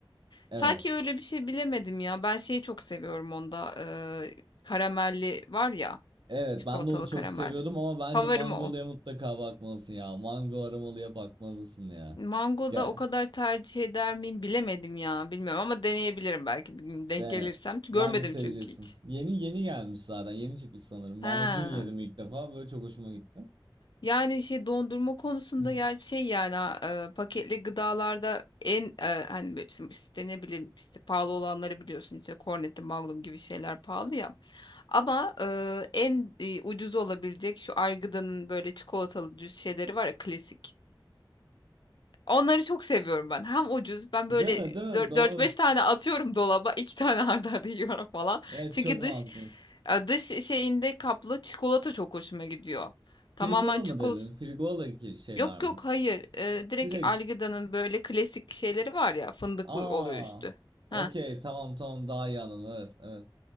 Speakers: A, on the right; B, on the left.
A: evet.
B: Sanki öyle bir şey bilemedim ya. Ben şeyi çok seviyorum onda. eee, karamelli var ya.
A: Evet,
B: Çikolatalı
A: ben de onu çok
B: karamelli.
A: seviyordum ama bence
B: Favorim
A: mangoluya
B: o.
A: mutlaka bakmalısın ya. Mango aromalıya bakmalısın ya.
B: Mango
A: Gel.
B: da o kadar tercih eder miyim bilemedim ya. Bilmiyorum ama deneyebilirim belki bir gün denk
A: Yani
B: gelirsem. Hiç Görmedim
A: bence seveceksin.
B: çünkü hiç.
A: Yeni yeni gelmiş zaten. Yeni çıkmış sanırım.
B: He.
A: Ben de dün yedim ilk defa. Böyle çok hoşuma gitti.
B: Yani şey dondurma konusunda
A: <laughs>
B: ya şey yani ha, e, paketli gıdalarda en e, hani böyle işte işte ne bileyim işte pahalı olanları biliyorsun işte Cornetto, Magnum gibi şeyler pahalı ya. Ama e, en e, ucuz olabilecek şu Argıda'nın böyle çikolatalı düz şeyleri var ya klasik. Onları çok seviyorum ben. Hem ucuz ben
A: Değil
B: böyle
A: mi? Değil
B: dört
A: mi? Doğru.
B: beş tane atıyorum dolaba 2 tane arda arda <laughs> yiyorum falan.
A: Evet
B: Çünkü
A: çok
B: dış
A: mantıklı.
B: e, dış şeyinde kaplı çikolata çok hoşuma gidiyor.
A: Frigola
B: Tamamen çikolata
A: mı dedin? Frigola ki şeyler
B: Yok
A: mi?
B: yok hayır. Ee, direkt
A: Direkt.
B: Algida'nın böyle klasik şeyleri var ya fındıklı
A: Aa.
B: oluyor üstü.
A: Okey
B: Ha.
A: tamam tamam daha iyi anladım. Evet evet.